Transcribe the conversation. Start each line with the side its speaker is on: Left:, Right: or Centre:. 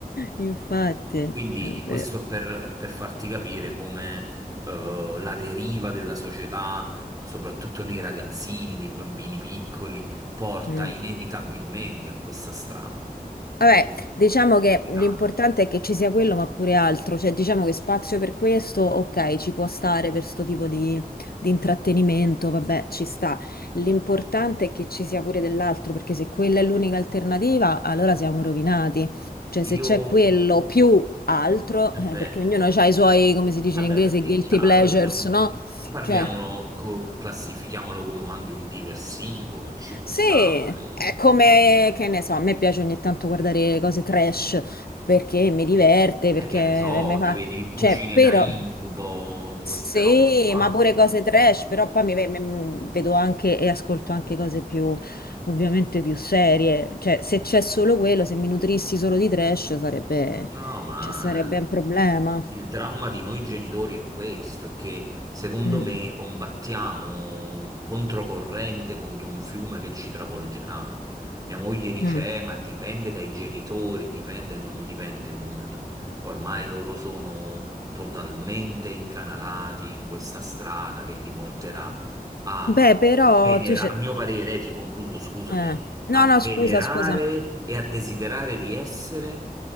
Left: Infatti,
Right: Quindi
Left: è
Right: questo
Left: vero.
Right: è per, per farti capire come eh, la deriva della società, soprattutto nei ragazzini, nei bambini piccoli, porta
Left: Mm.
Right: inevitabilmente a questa strada. Ed
Left: Vabbè,
Right: è
Left: diciamo
Right: inquietante.
Left: che l'importante è che ci sia quello, ma pure altro, cioè diciamo che spazio per questo, ok, ci può stare per sto tipo di, di intrattenimento, vabbè, ci sta. L'importante è che ci sia pure dell'altro, perché se quella è l'unica alternativa, allora siamo rovinati. Cioè se
Right: Io,
Left: c'è quello più altro,
Right: è
Left: eh,
Right: vero,
Left: perché ognuno ha i suoi, come si dice
Right: vabbè,
Left: in inglese,
Right: perché
Left: guilty
Right: è chiaro,
Left: pleasures,
Right: quello è un-
Left: no?
Right: parliamolo,
Left: Cioè...
Right: co- classifichiamolo come anche un diversivo che ci può
Left: Sì,
Right: stare.
Left: è come, che ne so, a me piace ogni tanto guardare le cose trash perché mi diverte,
Right: Eh,
Left: perché
Right: che ne so,
Left: mi fa...
Right: ti vedi il cucine
Left: Cioè, però...
Right: da incubo, queste
Left: Sì,
Right: robe qua,
Left: ma pure cose trash, però poi mi, ve- mi- vedo anche e ascolto anche cose più, ovviamente più serie. Cioè, se c'è solo quello, se mi nutrissi solo di trash sarebbe,
Right: No, ma
Left: cioè, sarebbe
Right: eh, Sì.
Left: un problema.
Right: Il dramma di noi genitori è questo, è che secondo
Left: Mm,
Right: me combattiamo controcorrente contro un fiume che ci travolgerà. Mia moglie dice,
Left: mm.
Right: "Eh, ma dipende dai genitori, dipende e non dipende nulla. Ormai loro sono totalmente incanalati in questa strada che li porterà a
Left: Beh, però
Right: venera,
Left: tu c'è...
Right: a mio parere, eh, ti concludo, scusami,
Left: eh. No,
Right: a
Left: no,
Right: venerare
Left: scusa, scusa.
Right: e a desiderare di essere